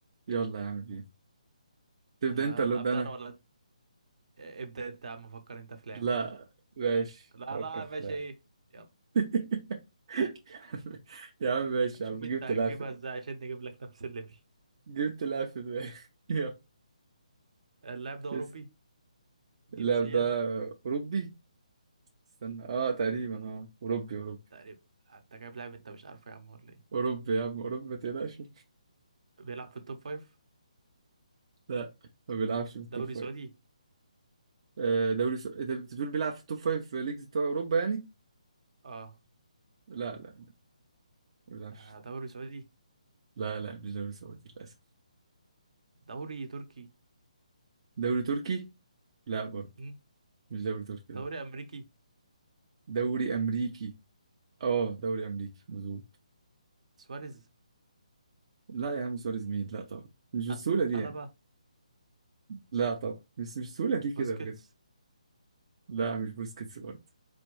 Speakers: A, on the right (about 45°); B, on the right (about 60°).
A: يلا يا عم بينا تبدأ
B: آه،
A: انت ولا ابدأ
B: أبدأ
A: انا
B: أنا ولا إيه؟ ابدأ أنت يا عم فكر أنت في
A: لا
B: لعب
A: ماشي
B: لا
A: فكر
B: لا يا
A: في
B: باشا
A: لاعب
B: ايه يلا
A: <laughs> يا عم يا عم ماشي
B: هنشوف
A: يا عم جبت
B: انت هتجيبها
A: لاعب في-
B: ازاي عشان نجيب لك نفس الليفل
A: جبت لاعب في دماغي <laughs> يلا
B: اللاعب ده أوروبي
A: بس
B: جنسية
A: اللاعب ده اوروبي استنى اه تقريبا اه اوروبي اوروبي
B: تقريبا حتى جايب لاعب أنت مش عارفه يا عم ولا إيه
A: اوروبي يا عم اوروبي ما تقلقش
B: بيلعب في التوب فايف
A: لا ما بيلعبش في التوب
B: دوري
A: فايف
B: سعودي
A: آه، دوري س... انت بتقول بيلعب في التوب فايف ليجز بتوع اوروبا يعني
B: آه
A: لا لا ما بيلعبش
B: آه، دوري سعودي
A: لا لا مش دوري سعودي للأسف
B: دوري تركي
A: دوري تركي لا برضه
B: مم.
A: مش دوري تركي
B: دوري
A: ده
B: أمريكي
A: دوري أمريكي اه دوري أمريكي مظبوط
B: سواريز
A: لا يا عم سواريز مين لا طبعا مش بالسهولة
B: أ-
A: دي
B: ألابا
A: يعني لا طبعا بس مش بالسهولة دي
B: بوسكيتس
A: كده بجد لا مش بوسكيتس برضه